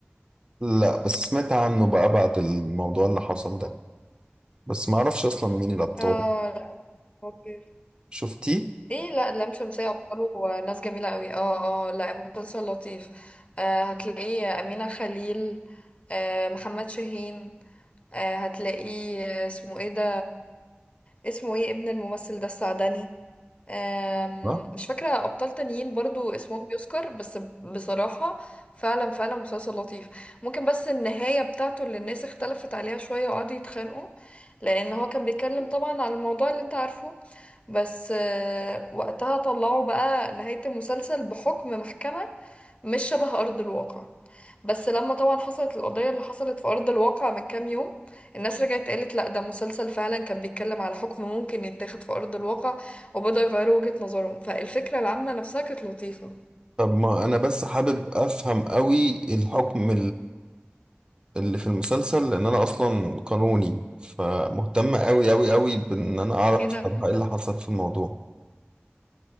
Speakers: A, on the right; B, on the left.
A: لا بس سمعت عنه بقى بعد الموضوع اللي حصل ده بس ما اعرفش اصلا مين الابطال
B: اه لا لطيف
A: شفتيه؟
B: ايه لا لام شمسية أبطاله ناس جميلة قوي اه اه لا مسلسل لطيف آه هتلاقيه أمينة خليل آه محمد شاهين آه هتلاقيه آه، اسمه ايه ده اسمه ايه ابن الممثل ده السعدني آم،
A: لا
B: مش فاكرة أبطال تانيين برضو اسمهم بيذكر بس بصراحة فعلا فعلا مسلسل لطيف ممكن بس النهاية بتاعته اللي الناس اختلفت عليها شوية وقعدوا يتخانقوا لأن هو كان بيتكلم طبعا على الموضوع اللي انت عارفه بس آه، وقتها طلعوا بقى نهاية المسلسل بحكم محكمة مش شبه أرض الواقع بس لما طبعا حصلت القضية اللي حصلت في أرض الواقع من كام يوم الناس رجعت قالت لأ ده مسلسل فعلا كان بيتكلم على حكم ممكن يتاخد في أرض الواقع وبدأوا يغيروا وجهة نظرهم فالفكرة العامة نفسها كانت لطيفة
A: طب ما انا بس حابب افهم قوي الحكم اللي في المسلسل لان انا اصلا قانوني فمهتم قوي قوي قوي بان انا اعرف
B: ايه
A: بصراحه
B: ده
A: ايه اللي حصل في الموضوع